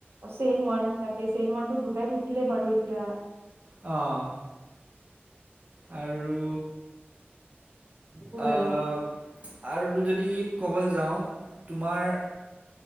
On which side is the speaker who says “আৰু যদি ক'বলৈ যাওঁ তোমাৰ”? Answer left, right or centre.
Right